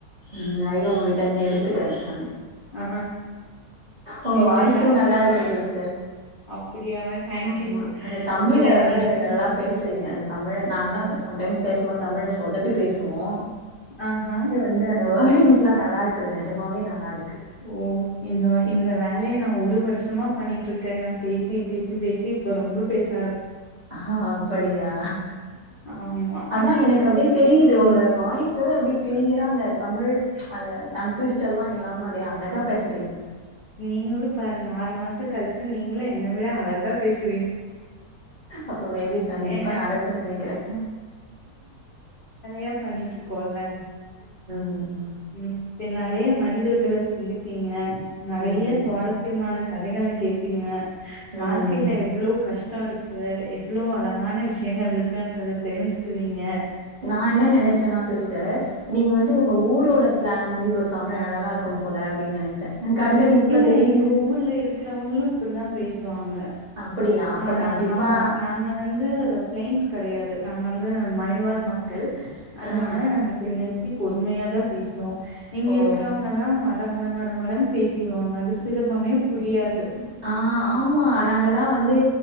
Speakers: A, on the right; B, on the left.
A: ம் நெறைய உங்ககிட்ட இருந்து எடுத்துக்குறே நானு
B: ஆ
A: உங்க
B: இது
A: வாய்ஸு
B: எல்லாத்தையு
A: நல்லா இருக்கு சிஸ்டர்.
B: அப்படியா தேங்க்யூ
A: ஆமா அந்த தமிழ
B: இது எல்லாத்தையு
A: வந்து நல்லா பேசுறீங்க அந்த தமிழ நாங்கல்லா சம்டைம்ஸ் பேசும்போது தமிழ சொதப்பி பேசுவோ
B: ஆஹா
A: ழ வந்து அந்த வேர்டிங்ஸ்லா நல்லா இருக்கு நெஜமாவே நல்லாருக்கு
B: ஓ இந்த இந்த வேலைய நா ஒரு வருஷமா பண்ணிட்ருக்கேங்க. பேசி பேசி பேசி இப்ப ரொம்ப பேச ஆர
A: அஹ்ஹா அப்படியா
B: ஆமா
A: அதா எனக்கு அப்டியே தெரியுது உங்களோட வாய் ஸு அப்டி கிளியரா அந்த தமிழ் அந்த டங்டுவிஸ்ட் எல்லா இல்லாம அப்டியே அழகா பேசறீங்க.
B: நீங்களு பாருங்க ஆறு மாச கழிச்சு நீங்களு என்ன விட அழகா பேசு
A: அப்ப மேபி கண்டிப்பா
B: ஏ
A: நடக்குன்னு நெனைக்கறே
B: யா கண்ணிட்ருக் கோல்ல
A: ம்
B: ம் இப்டி நெறைய மனிதர்கள சந்திப்பீங்க நெறைய
A: ம். ம்,
B: சுவாரஸ்யமான கதைகள கேப்பீங்க
A: ம்.
B: வாழ்க்கைல எவ்ளோ கஷ் டோ இருக்கு எவ்ளோ அழகான விஷயங்கள் இருக்குன்றத தெரிஞ்சுக்குவீங்க
A: நா என்ன நெனச்சேன்னா சிஸ்டர் நீங்க வந்து உங்க ஊரோட ஸ்லாங் வந்து இவ்ளோ தமிழ் அழகா இருக்கும் போல அப்டின்னு நெனச்சே கடைசில இப்ப
B: இல்ல
A: தெரியுது
B: எங்க ஊர்ல இருக்கு றவங்களு இப்பிடிதா பேசுவாங்க
A: அப்படியா அப்ப
B: ஆ நா
A: கண்டிப்பா
B: ஆமா நாங்க வந்து ப்ளைன்ஸ் கெடையாது நா ங்க வந்து மலைவாழ் மக்கள் அதனால
A: ஆ
B: நாங்க இப்பிடி நிறு த்தி பொறுமையாதா பேசுவோ இங்க
A: ஓ
B: இருக்குறவங்கல்லா ம டமடமடமடன்னு பேசி ருவாங்க அது சில சமயோ புரியாது
A: ஆ ஆமா நாங்கல்லா வ ந்து